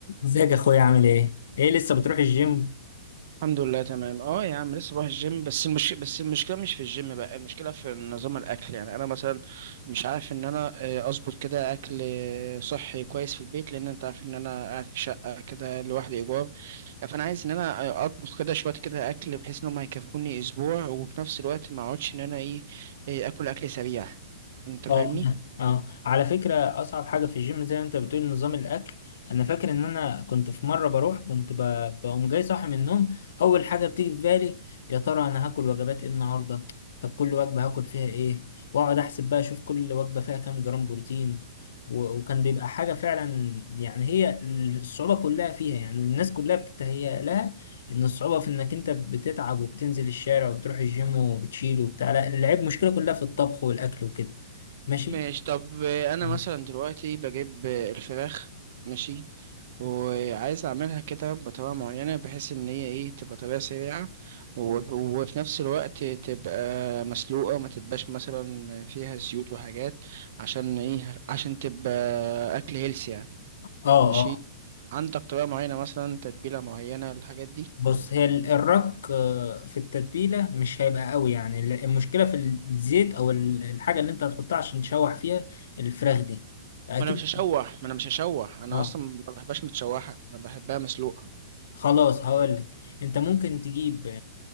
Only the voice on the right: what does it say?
الحمد لله تمام اه يا عم لسه بروح الجيم بس المش... بس المشكله مش في الجيم بقى المشكله في نظام الاكل يعني انا مثلا مش عارف ان انا آه، اظبط كده اكل آه، صحي كويس في البيت لان انت عارف ان انا قاعد في شقه كده لوحدي ايجار فانا عايز ان انا آه، اطبخ كده شويه كده اكل بحيث ان هم هيكفوني اسبوع وفي نفس الوقت ما اقعدش ان انا ايه آه، اكل اكل سريع انت فاهمني
ماشي طب انا
مثلا دلوقتي بجيب الفراخ ماشي وعايز اعملها كده بطريقه معينه بحيث ان هي ايه تبقى طريقه سريعه وف- وفي نفس الوقت تبقى مسلوقه ما تبقاش مثلا فيها زيوت وحاجات عشان ايه عشان تبقى اكل هيلثي يعني
ماشي عندك طريقه معينه مثلا تتبيله معينه الحاجات دي
ما انا مش هشوح ما انا مش هشوح انا
اصلا ما بحبهاش متشوحه انا بحبها مسلوقه